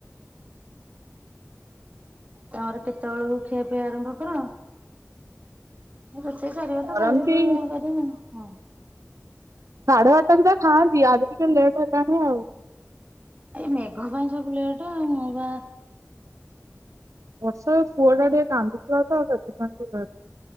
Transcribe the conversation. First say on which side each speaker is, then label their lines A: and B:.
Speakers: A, on the right; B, on the right.
A: ତମର କେତେବେଳକୁ ଖିଆ ପିଆ ଆରମ୍ଭ କର? ରୋଷେଇ ସରିବ ତ
B: କରନ୍ତି
A: ଖାଇବା ପିଇବା <unintelligible> ହଁ।
B: ସାଢେ ଆଠଟା ଯା ଖାଆନ୍ତି ଆଜି ଟିକେ ଲେଟ୍ ହେଲାଣି ଆଉ।
A: ଏଇ ମେଘ ପାଇଁ ସବୁ ଲେଟ୍ ଆଉ ମୁଁ ବା
B: ବର୍ଷକ ପୁଅ ଟା ଟିକେ କାନ୍ଦୁଥିଲା ତ ସେଥିପାଇଁ ଟି ଲେଟ୍